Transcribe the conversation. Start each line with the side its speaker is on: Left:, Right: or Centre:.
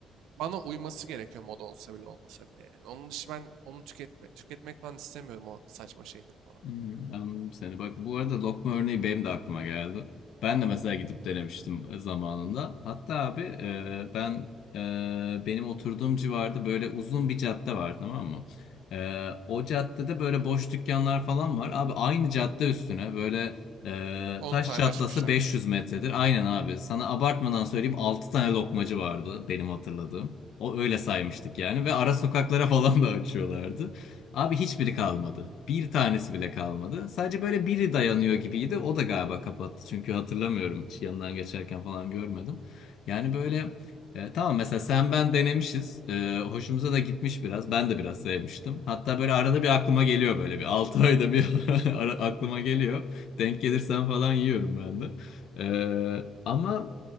Right: bana uyması gerekiyor moda olsa bile olmasa bile yani. Onun dışı ben onu tüketme, tüketmek falan istemiyorum o saçma şeyleri falan.
Left: Hmm, anladım seni. Bak bu arada lokma örneği benim de aklıma geldi. Ben de mesela gidip denemiştim e, zamanında. Hatta abi e, ben e, benim oturduğum civarda böyle uzun bir cadde var tamam mı? E, o caddede böyle boş dükkanlar falan var. Abi aynı cadde üstüne böyle e,
Right: 10
Left: taş
Right: tane
Left: çatlasa
Right: açmışlardır.
Left: 500 metredir. Aynen abi. Sana abartmadan söyleyeyim 6 tane lokmacı vardı benim hatırladığım. O öyle saymıştık yani ve ara sokaklara falan da açıyorlardı. Abi hiçbiri kalmadı. Bir tanesi bile kalmadı. Sadece böyle biri dayanıyor gibiydi. O da galiba kapattı. Çünkü hatırlamıyorum. Hiç yanından geçerken falan görmedim. Yani böyle e, tamam mesela sen ben denemişiz. E, hoşumuza da gitmiş biraz. Ben de biraz sevmiştim. Hatta böyle arada bir aklıma geliyor böyle bir 6 <laughs> ayda bir <laughs> ara- aklıma geliyor. Denk gelirsen falan yiyorum ben de. E, ama